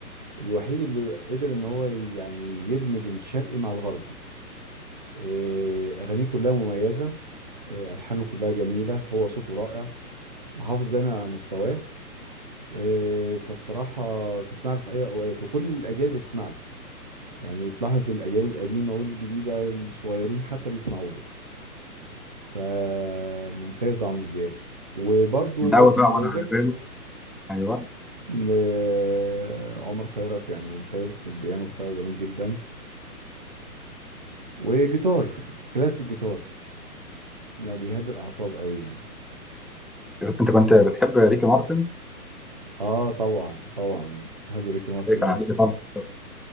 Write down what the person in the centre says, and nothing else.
من
اول بقى
ولا على باله ايوه
انت كنت بتحب ريكي مارتن
هي كان
عليك طبعا